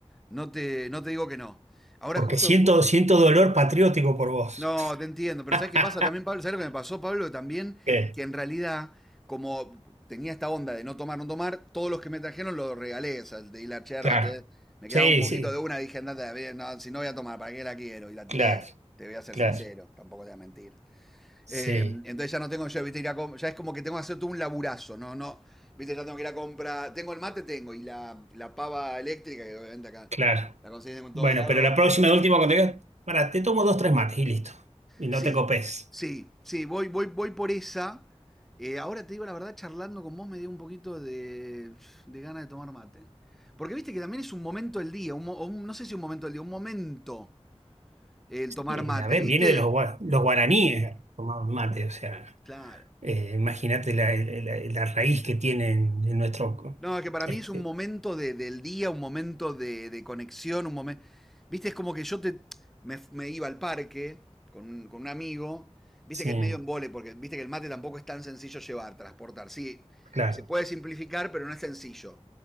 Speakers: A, in the centre; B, on the right.
A: No te, no te digo que no. Ahora
B: porque
A: justo,
B: siento, siento dolor patriótico por vos.
A: No, te entiendo, pero
B: <laughs>
A: ¿sabes qué pasa también, Pablo? ¿Sabes lo que me pasó, Pablo? También
B: Sí,
A: que en realidad, como tenía esta onda de no tomar, no tomar, todos los que me trajeron los regalé, o sea, el de hilar yerba,
B: Claro.
A: te- me
B: Sí,
A: quedaba un poquito
B: sí,
A: de una, dije, andate, a ver, no, si no voy a tomar, ¿para qué la quiero? Y la
B: claro,
A: tiré, te voy a ser
B: claro.
A: sincero, tampoco te voy a mentir.
B: Sí,
A: Eh, entonces ya no tengo yo, viste, ir a com- ya es como que tengo que hacer todo un laburazo, no, no, viste, ya tengo que ir a comprar, tengo el mate, tengo, y la, la pava eléctrica, que obviamente acá
B: claro.
A: la conseguís en
B: Bueno,
A: todos lados,
B: pero la próxima, última, cuando digas, para, te tomo dos, tres mates y listo. Y no
A: Sí,
B: te copes.
A: sí, sí, voy, voy, voy por esa. Eh, ahora te digo la verdad, charlando con vos me dio un poquito de, de ganas de tomar mate. Porque viste que también es un momento del día, un, mo- o un- no sé si un momento del día, un momento eh, el tomar
B: Y,
A: mate,
B: a ver,
A: ¿viste?
B: viene de los, gua- los guaraníes, tomaban mate, o sea,
A: Claro.
B: eh, imagínate la, la- la raíz que tienen en nuestro...
A: No, es que para
B: Este,
A: mí es un momento de- del día, un momento de, de conexión, un momento... Viste, es como que yo te, me, me iba al parque con un, con un amigo, viste
B: sí,
A: que es medio en porque viste que el mate tampoco es tan sencillo llevar, transportar. Sí,
B: claro,
A: se puede simplificar, pero no es sencillo.